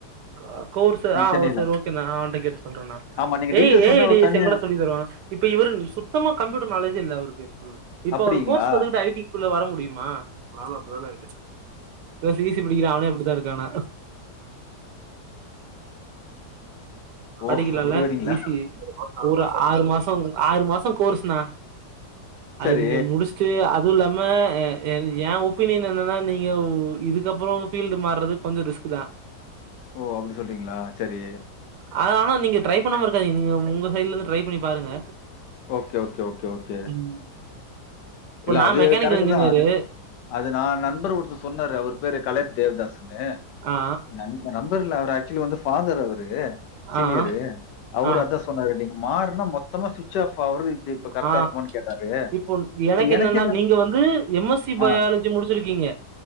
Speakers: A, on the right; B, on the left.
A: அஹ் கோர்ஸ் ஆ
B: சென்னையில.
A: ஓ சார் ஓகே நா அவன்ட்ட கேட்டு சொல்றண்ணா
B: ஆமா நீங்க
A: ஏய்
B: டீட்டெயில்ஸ்
A: ஏடிஎஸ்
B: வந்து அவர் தனியா
A: எங்கடா சொல்லி தருவாங்க இப்ப இவரு சுத்தமா கம்ப்யூட்டர் நாலேஜே இல்ல அவுருக்கு இப்ப
B: அப்படிங்களா?
A: அவுரு கோர்ஸ் கத்துகுட்டு ஐடி குள்ள வர முட் டியுமா நால அப்டிதானருக்க சிசி படிக்கிறா அவனே அப்டித்தா இருக்கானா
B: ஓ!
A: படிக்கலால்ல
B: அப்படி வரீங்களா?
A: ஈசி ஒரு ஆறு மாசோ ஆறு மாசோ கோர்ஸ்ணா அது
B: சரி.
A: நீங்க முடிஸ்டு அத் அதுவுல்லாம என் ஏ ஒப்பீனியன் என்னன்னா நீங்க உ இதுக்கப்புறோ ஃபீல்டு மாறது கொஞ்சோ ரிஸ்க்குதா
B: ஓ அப்டி சொல்றீங்களா செரி
A: அ ஆனா நீங்க ட்ரை பண்ணாம இருக்காதீங்க நீங்க உங்க சைட்லருந்து ட்ரை பண்ணி பாருங்க
B: ஓகே ஓகே ஓகே ஓகே
A: ம் இப்ப
B: இல்ல
A: நா
B: அது
A: மெக்கானிக்கல்
B: கரெக்ட்டு
A: இன்ஜினியரு
B: தா அது அது நா நண்பர் ஒருத்தர் சொன்னரு அவர் பேரு கலே தேவ்தாசுங்க
A: ஆ
B: நண் <unintelligible> பர்ல அவர் ஆக்சுவலி வந்து ஃபாதர் அவரு சீனியர்ரு
A: ஆ
B: அவரு
A: ஆ
B: அதா சொன்னரு நீங்க மாற்னா மொத்தமா சுச் ஆஃப் ஆவ்றது இ இப்ப கரக்டா
A: ஆ
B: இருக்குமானு கேட்டாரு
A: இப்போ
B: இப்ப
A: எனக்கு என்னன்ன
B: என்ன
A: நீங்க வந்து எம் எஸ் சி பயாலஜி
B: ஆ.
A: முடிச்சிருக்கீங்க